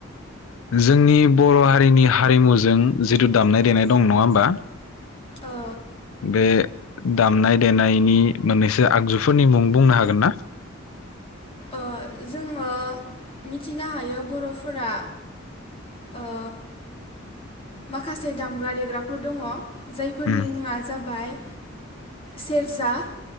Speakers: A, on the left; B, on the left.
A: जोंनि बर' हारिनि हारिमुजों जिथु दामनाय देनाय दं नङा होमबा
B: ओ
A: बे दामनाय देनायनि मोननैसो आगजुफोरनि मुं बुंनो हागोन ना
B: ओ जोङो मिथिनो हायो बर'फोरा ओ माखासे दामग्रा देग्राफोर दङ जायफोरनि
A: उम
B: मुङा जाबाय सेरजा